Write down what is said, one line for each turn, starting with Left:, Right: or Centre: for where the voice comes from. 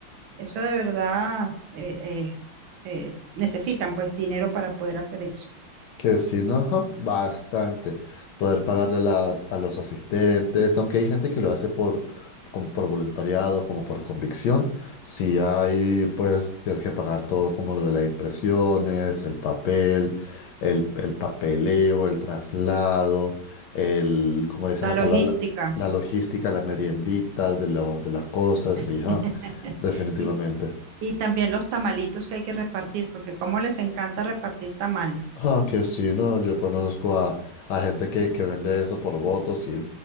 Right: eso de verdad eh, eh, eh, necesitan pues dinero para poder hacer eso.
Left: Que sí, ¿no? Ajá, Bastante. Poder pagarle las, a los asistentes, aunque hay gente que lo hace por, como por voluntariado, como por convicción. Si hay, pues tienes que pagar todo, como lo de las impresiones, el papel, el, el papeleo, el traslado, el, como dicen
Right: la
Left: acá,
Right: logística.
Left: la, la la logística, la meriendita de, lo- de las cosas,
Right: <laughs>
Left: y ajá, definitivamente.
Right: Y, y también los tamalitos que hay que repartir, porque como les encanta repartir tamales.
Left: Ah, que sí, no, yo conozco a, a gente que, que vende eso por votos, sí,